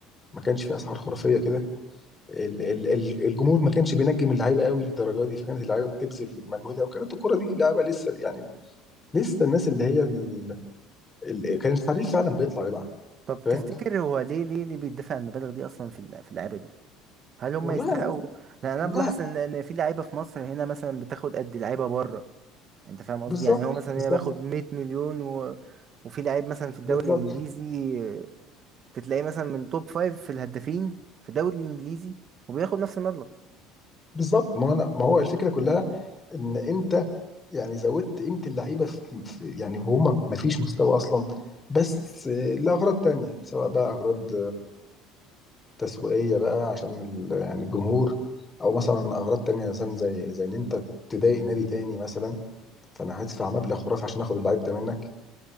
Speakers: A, on the left (about 20°); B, on the right (about 35°).
A: ما كانش في اسعار خرافيه كده ال- ال- ال- الجمهور ما كانش بينجم اللعيبه قوي للدرجه دي فكانت اللعيبه بتبذل مجهودها وكانت الكره دي لعيبه لسه يعني لسه الناس اللي هي ال... ال... كان الحريف فعلا بيطلع يلعب
B: طب
A: فاهم
B: تفتكر هو ليه ليه اللي بيدفع المبالغ دي اصلا في الل- في اللعيبه دي هل هم
A: والله
B: يستحقوا
A: أنا...
B: لان
A: لا
B: انا بلاحظ ان إن في لعيبه في مصر هنا مثلا بتاخد قد لعيبه بره انت فاهم قصدي
A: بالظبط
B: يعني هو مثلا
A: بالظبط
B: هنا بياخد 100 مليون و... وفي لعيب مثلا في الدوري
A: بالظبط
B: الانجليزي تتلاقيه مثلا من توب فايف في الهدافين في الدوري الانجليزي وبياخد نفس المبلغ
A: بالظبط ما هو انا ما هو الفكره كلها ان انت يعني زودت قيمه اللعيبه في... في يعني وهم ما فيش مستوى اصلا بس آه، لاغراض تانية سواء بقى اغراض تسويقية بقى عشان ال- يعني الجمهور او مثلا اغراض تانية مثلا زي زي ان انت تضايق نادي تاني مثلا فانا هدفع مبلغ خرافي عشان اخد اللعيب ده منك